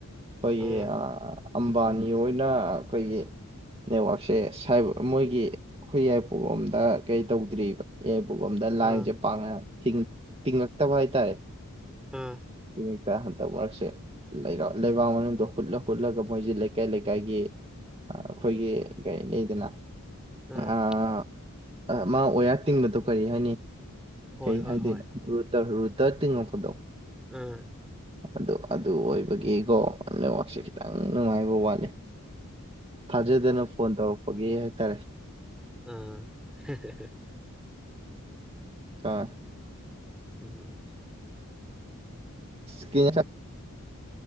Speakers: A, on the right; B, in the centre.
A: ꯑꯩꯩ
B: ꯎꯝ
A: ꯑꯝꯕꯥꯅꯤ ꯑꯣꯏꯅ ꯑꯩꯈꯣꯏꯒꯤ ꯅꯦꯠꯋꯥꯛꯁꯦ ꯃꯣꯏꯒꯤ ꯑꯩꯈꯣꯏ ꯌꯥꯏꯔꯤꯄꯣꯛꯂꯣꯝꯗ ꯑꯥ ꯀꯩ ꯇꯧꯗ꯭ꯔꯤꯕ ꯑꯦ ꯎ ꯑꯝꯗ
B: ꯎꯝ
A: ꯂꯥꯏꯁꯦ ꯄꯥꯡꯉ ꯇꯤꯡ ꯇꯤꯡꯉꯛꯇꯕ ꯍꯥꯏꯇꯥꯔꯦ
B: ꯎꯝ
A: <unintelligible> ꯍꯟꯗꯛ ꯃꯔꯛꯁꯦ ꯂꯩꯕꯥꯛ ꯃꯅꯨꯡꯗ ꯍꯨꯠꯂ ꯍꯨꯠꯂꯒ ꯃꯣꯏꯁꯦ ꯂꯩꯀꯥꯏ ꯂꯩꯀꯥꯏꯒꯤ ꯑꯩꯈꯣꯏꯒꯤ ꯀꯔꯤ ꯂꯩꯗꯅ
B: ꯎꯝ
A: ꯑꯥ ꯃꯥ ꯋꯥꯌꯥꯔ ꯇꯤꯡꯕꯗꯣ ꯀꯔꯤ ꯍꯥꯏꯅꯤ
B: ꯍꯣꯏ
A: ꯀꯩ
B: ꯍꯣꯏ
A: ꯍꯥꯏꯗꯣꯏꯅꯣ
B: ꯍꯣꯏ
A: ꯔꯨꯗ ꯔꯨ ꯇꯥ ꯇꯤꯡꯉꯛꯄꯗꯣ
B: ꯎꯪ
A: ꯑꯗꯨ ꯑꯗꯨ ꯑꯣꯏꯕꯒꯤꯀꯣ ꯅꯦꯠꯋꯥꯛꯁꯦ ꯈꯤꯇꯪ ꯅꯨꯡꯉꯥꯏꯕ ꯋꯥꯠꯂꯦ ꯊꯥꯖꯗꯅꯥ ꯐꯣꯟ ꯇꯧꯔꯛꯄꯒꯤ ꯇꯥꯔꯦ
B: ꯑꯥ <unintelligible>
A: ꯑꯥ
B: ꯎꯝ
A: ꯀꯤ